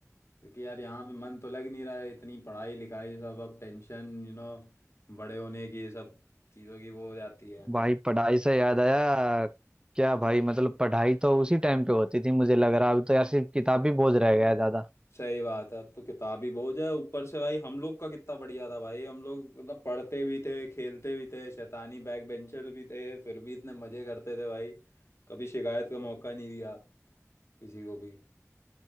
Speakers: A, on the left (about 55°); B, on the right (about 15°).
A: क्योंकि यार यहाँ पे मन तो लग नहीं रहा है इतनी पढ़ाई लिखाई सब अब टेंशन यू नो बड़े होने की ये सब चीज़ों की वो हो जाती है
B: भाई पढ़ाई से याद आया क्या भाई मतलब पढ़ाई तो उसी टाइम पे होती थी मुझे लग रहा है अभी तो यार सिर्फ किताबी बोझ रह गया है ज्यादा
A: सही बात है अब तो किताबी बोझ है ऊपर से भाई हम लोग का कितना बढ़िया था भाई हम लोग मतलब पढ़ते भी थे खेलते भी थे शैतानी बैक बेंचर भी थे फिर भी इतने मज़े करते थे भाई कभी शिकायत का मौका नहीं दिया किसी को भी